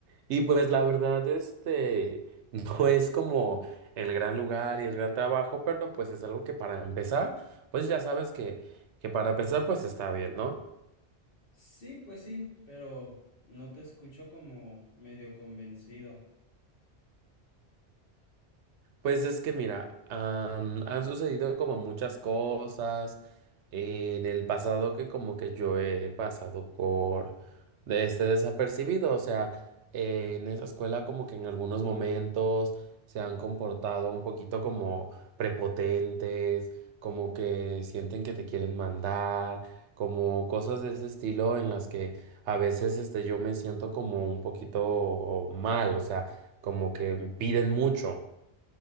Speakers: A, on the right (about 90°); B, on the left (about 55°).
A: Y pues la verdad, este, <laughs> no es como el gran lugar y el gran trabajo, pero pues es algo que para empezar, pues ya sabes que, que para empezar pues está bien, ¿no?
B: Sí, pues sí, pero no te escucho como medio convencido.
A: Pues es que mira, am, han sucedido como muchas cosas eh, en el pasado que como que yo he pasado por de este desapercibido, o sea, eh, en esa escuela como que en algunos momentos se han comportado un poquito como prepotentes, como que sienten que te quieren mandar, como cosas de ese estilo en las que a veces este yo me siento como un poquito mal, o sea, como que piden mucho.